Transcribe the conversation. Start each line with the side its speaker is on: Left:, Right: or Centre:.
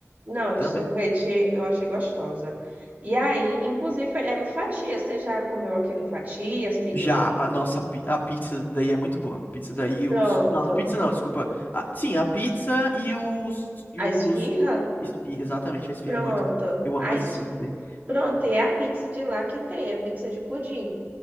Right: Não,
Left: Também.
Right: de sorvete eu achei gostosa. E aí, inclusive, é no Fatias. Você já comeu aqui no Fatias? Pediu
Left: Já,
Right: comigo?
Left: a nossa pi- a pizza daí é muito boa. Pizza daí,
Right: Pronto.
Left: os. Não, pizza não, desculpa. Ah, sim, a pizza e os. E
Right: A
Left: os.
Right: esfirra?
Left: Esfirra, exatamente. A esfirra
Right: Pronto.
Left: é muito boa. Eu
Right: A
Left: amo as
Right: es-
Left: esfirras daí.
Right: Pronto, e é a pizza de lá que tem, a pizza de pudim.